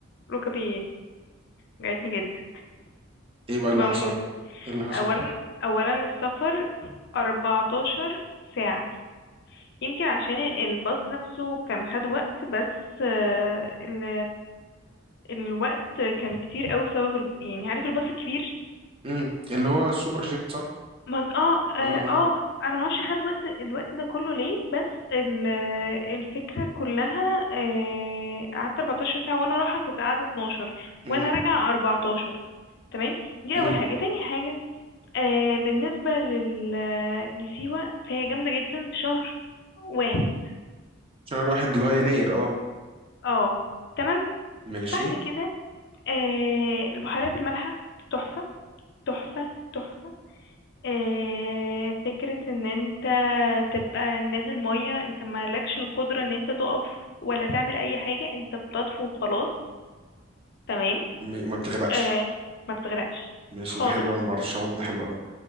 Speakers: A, on the left; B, on the right.
A: ركبي وجعتني جدا
B: إيه بقى
A: كنت
B: اللي
A: بموت
B: حصل؟ إيه اللي حصل؟
A: اولا اولا السفر 14 ساعة يمكن عشان الباص نفسه كان خد وقت بس آه، ال... الوقت كان كتير قوي بسبب ال... يعني عارف الباص الكبير
B: امم اللي هو السوبر جيت صح؟
A: ما انت- اه اه
B: آه
A: آه، انا ما اعرفش خد وقت الوقت ده كله ليه بس ال... الفكرة كلها آه، قعدت 14 ساعة وانا رايحة كنت قاعدة 12
B: امم
A: وانا راجعة 14 تمام دي
B: امم
A: اول حاجة تاني حاجة آه بالنسبة لل... لسيوة فهي جامدة جدا في شهر واحد
B: شهر واحد اللي هو يناير أه
A: اه تمام
B: ماشي
A: بعد كده آه البحيرات المالحة تحفة تحفة تحفة آه فكرة ان انت تبقى نازل مية انت مالكش القدرة ان انت تقف ولا تعمل اي حاجة انت بتطفو وخلاص تمام
B: م- ما بتغرقش
A: آه ما بتغرقش
B: ماشي
A: خالص
B: ده حلو أنا ما بعرفش أعوم ده حلو أوي.